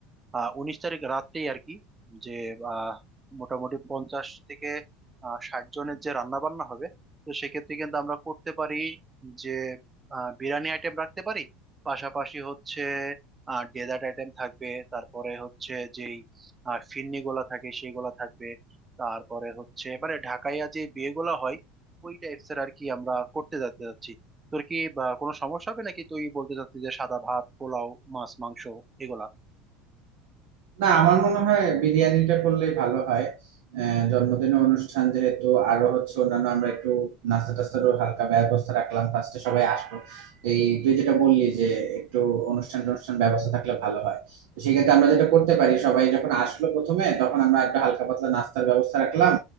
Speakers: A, on the right; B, on the right.
A: আহ, উনিশ তারিখ রাত্রেই আর কি যে আহ, মোটামুটি পঞ্চাশ থেকে আহ, ষাট জনের যে রান্না বান্না হবে তো সেক্ষেত্রে কিন্তু আমরা করতে পারি যে আহ, বিরিয়ানি আইটেম রাখতে পারি পাশাপাশি হচ্ছে ডেজার্ট আইটেম থাকবে তারপরে হচ্ছে যেই আর ফিরনি গোলা থাকে সেই গোলা থাকবে তারপরে হচ্ছে মানে ঢাকাইয়া যে বিয়ে গোলা হয় ওই টাইপস এর আর কি আমরা করতে যেতে যাচ্ছি তোর কি বা কোনো সমস্যা হবে নাকি তুই বলতে চাচ্ছিস যে সাদা ভাত পোলাও মাছ মাংস এগুলা
B: না আমার মনে হয় বিরিয়ানিটা করলেই ভালো হয় আহ, জন্মদিনের অনুষ্ঠান যেহেতু আরো হচ্ছে অন্যান্য আমরা একটু নাস্তা টাস্তারও হালকা ব্যবস্থা রাখলাম ফার্স্টে সবাই আসবো এই তুই যেটা বললি যে একটু অনুষ্ঠান অনুষ্ঠান ব্যবস্থা থাকলে ভালো হয় তো সেক্ষেত্রে আমরা যেটা করতে পারি সবাই যখন আসলো প্রথমে তখন আমরা একটা হালকা পাতলা নাস্তার ব্যবস্থা রাখলাম